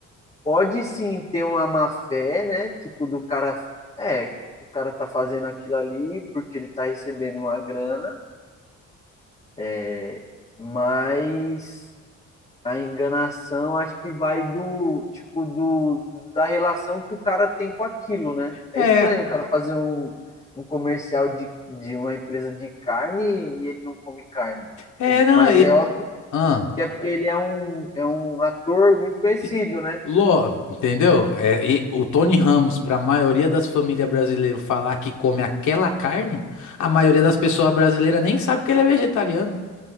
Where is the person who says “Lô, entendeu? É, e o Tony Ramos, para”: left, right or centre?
Left